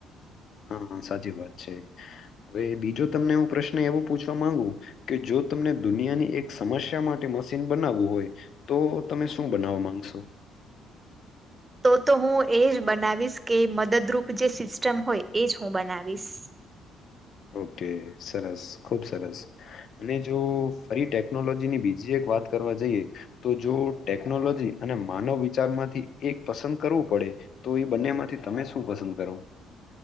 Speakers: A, on the left (about 60°); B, on the right (about 25°).
A: હા સાચી વાત છે હવે બીજો તમને હું પ્રશ્ન એવું પૂછવા માંગુ કે જો તમને દુનિયાની એક સમસ્યા માટે મશીન બનાવવું હોય તો તમે શું બનાવવા માંગશો
B: તો તો હું એજ બનાવીશ કે મદદરૂપ જે સિસ્ટમ હોય એજ હું બનાવીશ
A: ઓકે સરસ ખૂબ સરસ અને જો ફરી ટેકનોલોજીની બીજી એક વાત કરવા જઈએ તો જો ટેકનોલોજી અને માનવ વિચારમાંથી એક પસંદ કરવું પડે તો એ બંને માંથી તમે શું પસંદ કરો